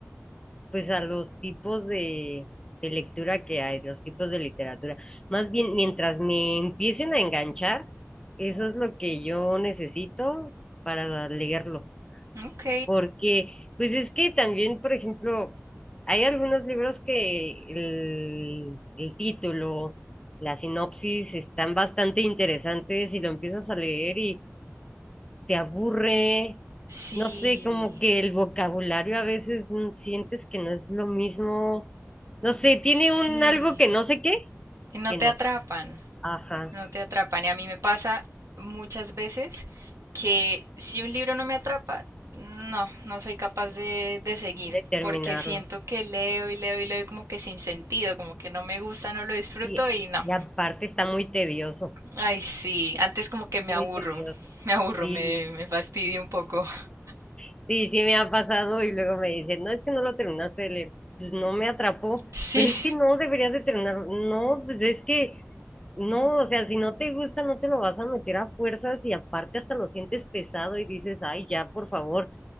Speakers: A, on the left; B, on the right.
A: pues a los tipos de, de lectura que hay, los tipos de literatura. Más bien, mientras me empiecen a enganchar, eso es lo que yo necesito para leerlo,
B: ok,
A: porque pues es que también, por ejemplo, hay algunos libros que el, el título, la sinopsis están bastante interesantes y lo empiezas a leer y te aburre,
B: sí.
A: no sé, como que el vocabulario a veces mm, sientes que no es lo mismo, no sé, tiene
B: Sí,
A: un algo que no sé qué,
B: que no
A: que
B: te
A: no,
B: atrapan,
A: ajá,
B: no te atrapan. Y a mí me pasa muchas veces que si un libro no me atrapa, no, no soy capaz de, de seguir,
A: determinarlo.
B: porque siento que leo y leo y leo y como que sin sentido, como que no me gusta, no lo disfruto
A: Y,
B: y no.
A: y aparte está muy tedioso,
B: Ay, sí, antes como que me
A: muy
B: aburro,
A: tedioso.
B: me aburro,
A: Sí.
B: me, me fastidio un poco. <laughs>
A: Sí, sí me ha pasado y luego me dicen, no, es que no lo terminaste de leer, pues no me atrapó,
B: Sí,
A: pero es que no deberías de terminar, no, pues es que no, o sea, si no te gusta no te lo vas a meter a fuerzas y aparte hasta lo sientes pesado y dices, ay, ya, por favor.